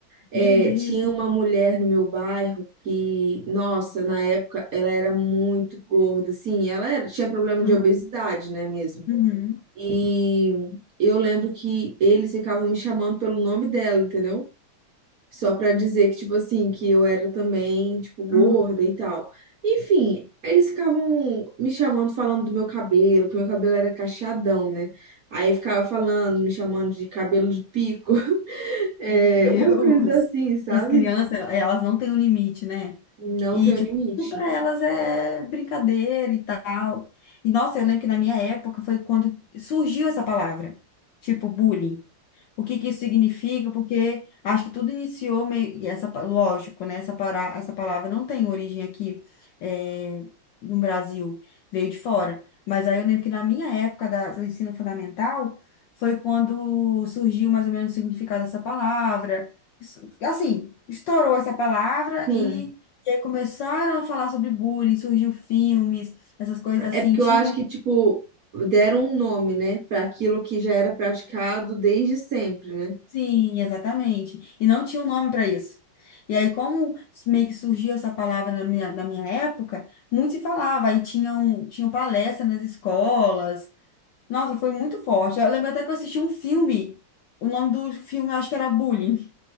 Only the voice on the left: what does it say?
Meu Deus.
Aham,
uhum,
aham.
Meu Deus.
As crianças, elas não têm um limite, né?
E,
tipo,
tudo pra elas é brincadeira e tal. E, nossa, eu lembro que na minha época foi quando surgiu essa palavra, tipo, bullying o que que isso significa, porque acho que tudo iniciou meio, e essa, pa- lógico, né? Essa, para, essa palavra não tem origem aqui eh, no Brasil, veio de fora. Mas aí eu lembro que na minha época da- do ensino fundamental foi quando surgiu mais ou menos o significado dessa palavra. Isso- Assim, estourou essa palavra
e, e aí começaram a falar sobre bullying, surgiu filmes, essas coisas assim.
Tinha
Sim, exatamente. E não tinha um nome para isso. E aí, como meio que surgiu essa palavra na minha, na minha época, muito se falava. Aí tinham, tinham palestra nas escolas. Nossa, foi muito forte. Eu lembro até que eu assisti um filme. O nome do filme, eu acho que era Bullying.